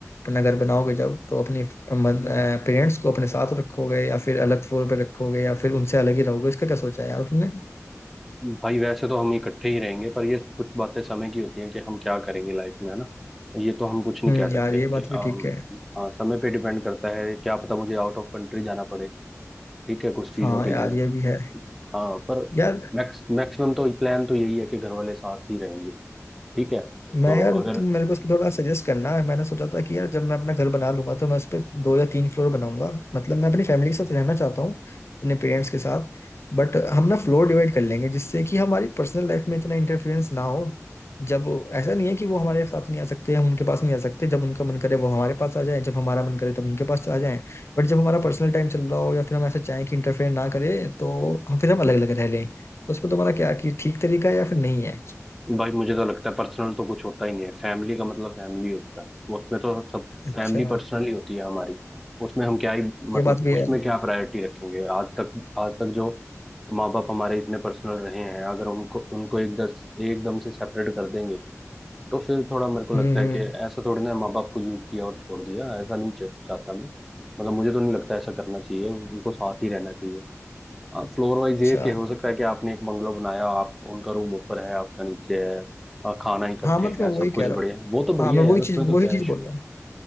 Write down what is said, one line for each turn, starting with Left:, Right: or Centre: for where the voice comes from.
Left: अपना घर बनाओगे जब तो अपने पेरेंट्स को अपने साथ रखोगे या फिर अलग फ्लोर पे रखोगे या फिर उनसे अलग ही रहोगे इसका क्या सोचा है यार तुमने
Centre: भाई वैसे तो हम इकट्ठे ही रहेंगे पर ये कुछ बातें समय की होती हैं कि हम क्या करेंगे लाइफ में है ना ये तो हम कुछ नहीं
Left: हम्म
Centre: कह सकते
Left: यार ये
Centre: हैं
Left: बात
Centre: कि अम,
Left: भी ठीक है
Centre: हाँ समय पे डिपेंड करता है क्या पता मुझे आउट ऑफ कंट्री जाना पड़े ठीक है कुछ चीजों
Left: हाँ
Centre: के
Left: यार
Centre: लिए
Left: ये भी है
Centre: हाँ पर
Left: यार
Centre: मैक्स मैक्सिमम तो प्लान तो यही है कि घर वाले साथ ही रहेंगे ठीक है
Left: मैं
Centre: तो
Left: यार
Centre: अगर
Left: तुम मेरे को उस पे थोड़ा सजेस्ट करना है मैंने सोचा था कि यार जब मैं अपना घर बना लूंगा तो मैं उस पे दो या तीन फ्लोर बनाऊंगा मतलब मैं अपनी फैमिली के साथ रहना चाहता हूँ अपने पेरेंट्स के साथ बट हम ना फ्लोर डिवाइड कर लेंगे जिससे कि हमारी पर्सनल लाइफ में इतना इंटरफेरेंस ना हो जब वो- ऐसा नहीं है कि वो हमारे साथ नहीं आ सकते हम उनके पास नहीं आ सकते जब उनका मन करे वो हमारे पास आ जाए जब हमारा मन करे तब उनके पास आ जाए बट जब हमारा पर्सनल टाइम चल रहा हो या फिर हम ऐसा चाहें कि इंटरफेयर ना करे तो हम फिर हम अलग अलग रह लें तो उस पर तुम्हारा क्या कि ठीक तरीका है या फिर नहीं है
Centre: भाई मुझे तो लगता है पर्सनल तो कुछ होता ही नहीं है फैमिली का मतलब फैमिली होता है उसमें तो सब सब
Left: अच्छा
Centre: फैमिली पर्सनल ही होती है हमारी उसमें हम क्या ही मतलब
Left: ये बात भी
Centre: उसमें
Left: है
Centre: क्या प्रायोरिटी रखेंगे आज तक आज तक जो माँ बाप हमारे इतने पर्सनल रहे हैं अगर उनको उनको एक दस एकदम से सेपरेट कर देंगे तो फिर थोड़ा मेरे को
Left: हम्म
Centre: लगता
Left: हम्म,
Centre: है कि ऐसा थोड़ी ना माँ बाप को यूज किया और छोड़ दिया ऐसा नहीं चा- चाहता मैं मतलब मुझे तो नहीं लगता ऐसा करना चाहिए उनको साथ ही रहना चाहिए आप फ्लोर वाइज
Left: अच्छा
Centre: ये कि हो सकता है कि आपने एक बंगलो बनाया आप उनका रूम ऊपर है आपका नीचे है आ, खाना इकट्ठे
Left: हाँ मतलब
Centre: है
Left: मैं
Centre: सब
Left: वही
Centre: कुछ
Left: कह रहा
Centre: बढ़िया
Left: हूँ
Centre: है वो तो बढ़िया
Left: हाँ मैं
Centre: है
Left: वही
Centre: यार उसमें
Left: चीज
Centre: तो
Left: वही
Centre: क्या
Left: चीज
Centre: इशू
Left: बोल रहा
Centre: है
Left: हूँ